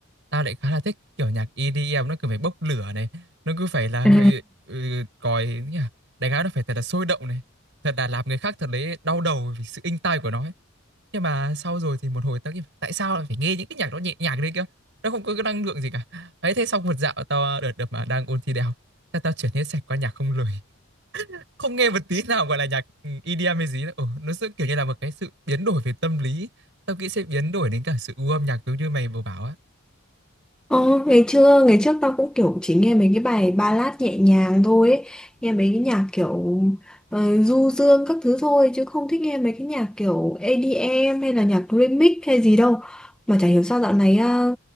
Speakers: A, on the right; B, in the centre.
A: tao lại khá là thích kiểu nhạc EDM nó cứ phải bốc lửa này nó cứ phải là
B: À,
A: ừ, ừ, còi nhỉ đánh áo nó phải thật là sôi động này thật là làm người khác thật đấy đau đầu vì sự inh tai của nó ấy. nhưng mà sau rồi thì một hồi tao nghĩ tại sao lại phải nghe những cái nhạc đó nhẹ nhàng đấy kia nó không có cái năng lượng gì cả ấy thế xong một dạo tao ờ, đợt đợt mà đang ôn thi đại học thế tao chuyển hết sạch qua nhạc không lời không nghe một tí nào gọi là nhạc ừ, EDM hay gì đâu. Ồ, nó sẽ kiểu như là một cái sự biến đổi về tâm lý tao nghĩ sẽ biến đổi đến cả sự gu âm nhạc giống như mày vừa bảo á
B: Ồ, ngày trưa ngày trước tao cũng kiểu chỉ nghe mấy cái bài ballad nhẹ nhàng thôi ấy. Nghe mấy cái nhạc kiểu ờ, du dương các thứ thôi chứ không thích nghe mấy cái nhạc kiểu EDM hay là nhạc remix hay gì đâu mà chả hiểu sao dạo này à,